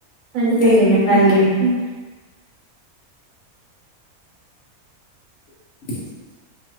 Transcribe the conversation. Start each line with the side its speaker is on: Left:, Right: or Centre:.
Right: கண்டிப்பா
Left: சேரிங்க
Right: சந்திக்கலா
Left: நன்றிங்க.
Right: தோழி நன்றி
Left: <unintelligible>